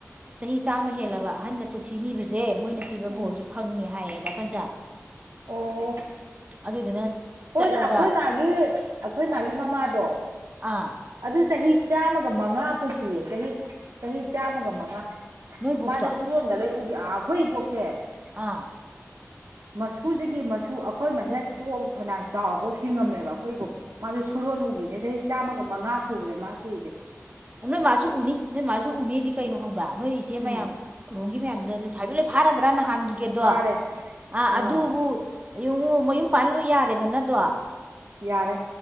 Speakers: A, on the right; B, on the right.
A: ꯆꯍꯤ ꯆꯥꯝꯃ ꯍꯦꯜꯂꯕ ꯑꯍꯟꯗ ꯄꯨꯟꯁꯤ ꯅꯤꯕꯁꯦ ꯃꯣꯏꯅ ꯄꯤꯕ
B: ꯎꯝ
A: ꯕꯣꯔꯁꯦ ꯐꯪꯉꯦ ꯍꯥꯏꯌꯦꯕ ꯄꯟꯖꯥ
B: ꯑꯣ
A: ꯑꯗꯨꯗꯨꯅ
B: ꯍꯣꯏꯅꯦ
A: ꯆꯠꯂꯒ
B: ꯑꯩꯈꯣꯏ ꯃꯥꯒꯤ ꯑꯩꯈꯣꯏ ꯃꯥꯒꯤ ꯃꯃꯥꯗꯣ
A: ꯑꯥ
B: ꯑꯗꯨ ꯆꯍꯤ ꯆꯥꯝꯃꯒ ꯃꯉꯥ ꯄꯨꯁꯤꯌꯦ ꯆꯍꯤ ꯆꯍꯤ ꯆꯥꯝꯃꯒ ꯃꯉꯥ
A: ꯅꯣꯏꯕꯣꯛꯇꯣ
B: ꯃꯥꯁꯨ ꯁꯨꯔꯣꯟꯒ ꯂꯣꯏ ꯎꯒꯤ ꯑꯩꯈꯣꯏ ꯏꯕꯣꯛꯁꯦ
A: ꯑꯥ
B: ꯃꯁꯨꯁꯤꯒꯤ ꯃꯁꯨ ꯑꯩꯈꯣꯏ ꯃꯍꯦꯁ ꯄꯣꯛꯑꯕ ꯐꯅꯌꯥꯝ ꯆꯥꯎꯐꯥꯎ ꯍꯤꯡꯉꯝꯃꯦꯕ ꯑꯩꯈꯣꯏ ꯏꯕꯣꯛꯁꯦ ꯃꯥꯁꯨ ꯁꯨꯔꯣꯟ ꯎꯈꯤꯅꯦ ꯆꯍꯤ ꯆꯥꯝꯃꯒ ꯃꯉꯥ ꯁꯨꯕꯗꯩ ꯃꯥ ꯁꯤꯁꯦ
A: ꯅꯣꯏ ꯃꯥꯁꯨ ꯎꯅꯤ ꯅꯣꯏ ꯃꯥꯁꯨ ꯎꯅꯤꯗꯤ ꯀꯩꯅꯣ ꯈꯪꯕ꯭ꯔꯥ ꯅꯣꯏ ꯏꯆꯦ
B: ꯎꯝ
A: ꯃꯌꯥꯝ ꯂꯣꯝꯒꯤ ꯃꯌꯥꯝꯗ ꯂꯩꯁꯥꯕꯤ ꯐꯥꯔꯒ꯭ꯔꯥ ꯅꯍꯥꯟꯒꯦꯗꯣ
B: ꯐꯥꯔꯦ
A: ꯑ
B: ꯑꯥ
A: ꯑꯗꯨꯕꯨ ꯍꯌꯨꯉꯨ ꯃꯌꯨꯝ ꯄꯥꯜꯂꯣ ꯌꯥꯔꯦꯗꯅꯗꯣ
B: ꯌꯥꯔꯦ